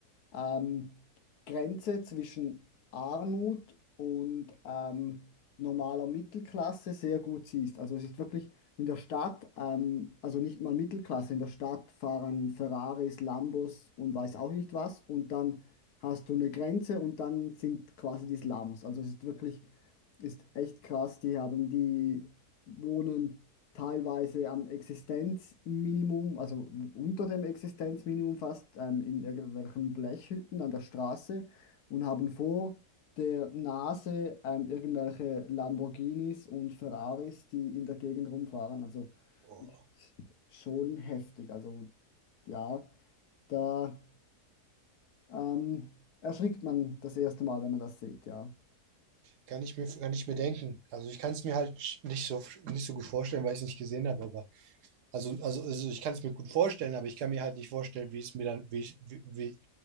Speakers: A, on the left (about 70°); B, on the right (about 80°).
A: ähm, Grenze zwischen Armut und ähm, normaler Mittelklasse sehr gut siehst. Also es ist wirklich in der Stadt, ähm, also nicht mal Mittelklasse, in der Stadt fahren Ferraris, Lambos und weiß auch nicht was. Und dann hast du eine Grenze und dann sind quasi die Slums. Also es ist wirklich, ist echt krass. Die haben, die wohnen teilweise am Existenzminimum, also unter dem Existenzminimum fast, ähm, in irgendwelchen Blechhütten an der Straße und haben vor der Nase ähm, irgendwelche Lamborghinis und Ferraris, die in der Gegend rumfahren. Also
B: Boah.
A: ist schon heftig. Also ja, da ähm, erschrickt man das erste Mal, wenn man das sieht, ja.
B: Kann ich mir, kann ich mir denken. Also ich kann es mir halt nicht so, nicht so gut vorstellen, weil ich es nicht gesehen habe, aber Also, also, also ich kann es mir gut vorstellen, aber ich kann mir halt nicht vorstellen, wie es mir dann, wie ich, wie, wie,